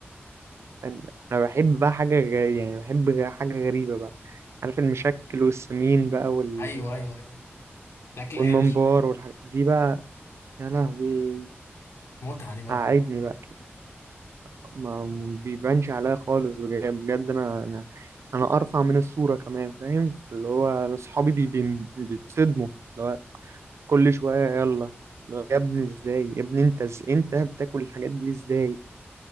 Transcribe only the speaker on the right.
انا أنا بحب بقى حاجه غريبة يعني بحب غ- حاجه غريبه بقى عارف المشكل والسمين بقى وال...
والممبار
والحاجات دي بقى يا لهوي
قعدني بقى كده ما بيبانش عليا خالص بجد بجد انا انا انا ارفع من الصوره كمان فاهم اللي هو انا اصحابي بي بي بيتصدموا اللي هو كل شويه يلا اللي هو يا ابني ازاي يا ابني انت ز... انت بتاكل الحاجات دي ازاي